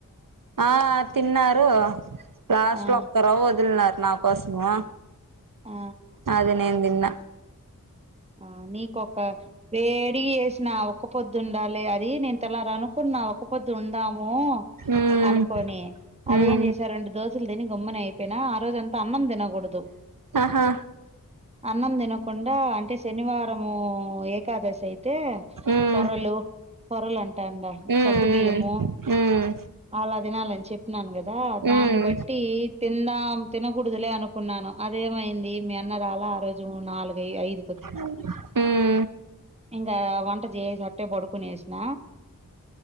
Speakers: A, on the right; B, on the right.
A: ఆహ్ తిన్నారు లాస్ట్
B: ఆ
A: లో ఒక్కరొ ఒదిల్నారు నా కోసమా
B: ఆ
A: అది నేన్ తిన్న
B: ఆహ్ నీకొక వేడి ఎసిన ఒక పొద్దుండాలి అది నేన్ తెలారనుకున్నా ఒక పొద్దు ఉందాము
A: ఉమ్
B: అనుకోని అదేం
A: ఉమ్
B: చేసా రెండు దోశలు తిని గమ్మున అయిపోయినా ఆ రోజ అంతా అన్నం తినగూడదు
A: ఆహా
B: అన్నం తినకుండా అంటే శనివారము ఉ ఏకాదశి అయితే
A: ఉమ్
B: కొర్రలు కొరలు అంటా అన్
A: ఉమ్
B: సగ్గు బియ్యము
A: ఉమ్ ఉమ్
B: అలా తినాలని చెప్పినాను కదా దాన్ని
A: ఉమ్
B: బట్టి తిందాం తినకూడదులే అనుకున్నా న్నాను అదేమైంది మీ అన్న రాల ఆ రోజు నాలుగు ఐ ఐదు
A: మ్
B: ఇంగా వంట చేస్నట్టే పాడుకునేసిన